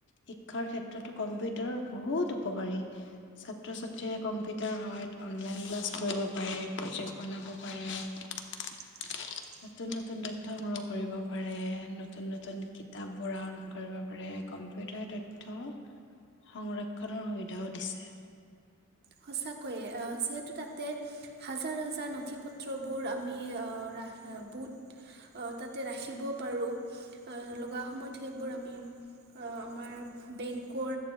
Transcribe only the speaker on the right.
<inaudible>
সঁচাকৈয়ে অ' যিহেতু তাতে হাজাৰ হাজাৰ নথি পত্ৰবোৰ আমি আহ, ৰাখ বুট আহ, তাতে ৰাখিব পাৰো, অ' লগা সময়ত সেইবোৰ আমি অ' আমাৰ বেংকৰ